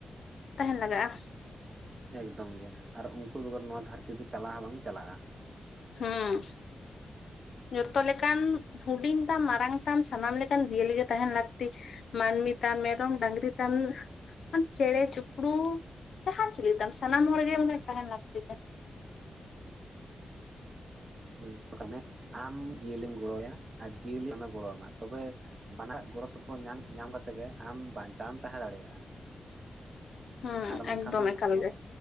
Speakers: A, on the left (about 80°); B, on the right (about 45°).
A: ᱛᱟᱦᱮᱱ ᱞᱟᱜᱟᱜ-ᱟ ᱾
B: ᱮᱠᱫᱚᱢ ᱜᱮ ᱟᱨ ᱩᱱᱠᱩ ᱵᱮᱜᱚᱨ ᱱᱚᱣᱟ ᱫᱷᱟᱹᱨᱛᱤ ᱫᱚ ᱪᱟᱞᱟᱜ ᱦᱚᱸ ᱵᱟᱝ ᱪᱟᱞᱟᱜ-ᱟ ᱾
A: ᱦᱩᱸ ᱡᱚᱛᱚ ᱞᱮᱠᱟᱱ ᱦᱩᱰᱤᱧ ᱛᱟᱢ ᱢᱟᱨᱟᱝ ᱛᱟᱢ ᱥᱟᱱᱟᱢ ᱞᱮᱠᱟᱱ ᱡᱤᱭᱟᱹᱞᱤᱜᱮ ᱛᱟᱦᱮᱱ ᱞᱟᱹᱠᱛᱤ ᱾ ᱢᱟᱱᱢᱤ ᱛᱟᱢ ᱢᱮᱨᱚᱢ ᱰᱟᱹᱝᱨᱤ ᱛᱟᱢ ᱪᱮᱬᱮ ᱪᱩᱯᱲᱩ ᱡᱟᱦᱟᱱ ᱪᱤᱞ ᱛᱟᱢ ᱥᱟᱱᱟᱢ ᱦᱚᱲ ᱜᱮ ᱛᱟᱦᱮᱱ ᱞᱟᱹᱠᱛᱤ ᱠᱟᱱᱟ ᱾
B: ᱦᱮᱸ ᱟᱢ ᱡᱤᱭᱟᱹᱞᱤᱢ ᱜᱚᱲᱚ ᱟᱭᱟ ᱟᱨ ᱡᱤᱭᱟᱹᱞᱤ ᱟᱢᱮ ᱜᱚᱲᱚ ᱟᱢᱟ ᱛᱚᱵᱮ ᱵᱟᱱᱟᱨᱟᱜ ᱜᱚᱲᱚ ᱥᱚᱯᱚᱦᱚᱫ ᱧᱟᱢ ᱧᱟᱢ ᱠᱟᱛᱮᱫ ᱜᱮ ᱟᱢ ᱵᱟᱧᱪᱟᱣᱮᱢ ᱛᱟᱸᱦᱮ ᱫᱟᱲᱮᱭᱟᱜ-ᱟ᱾
A: ᱦᱩᱸ
B: ᱟᱨ ᱵᱟᱝᱠᱷᱟᱱ
A: ᱮᱠᱫᱚᱢ
B: ᱫᱚ
A: ᱮᱠᱟᱞ
B: ᱟᱢ᱾
A: ᱜᱮ